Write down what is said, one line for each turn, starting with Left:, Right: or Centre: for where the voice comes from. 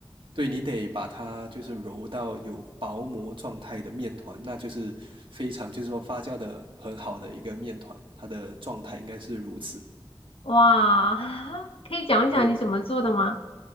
Right: 对，你得把它就是揉到有薄膜状态的面团，那就是非常就是说发酵的很好的一个面团，它的状态应该是如此。
Left: 哇，<laughs> 可以讲讲你怎么做的吗？
Right: 对，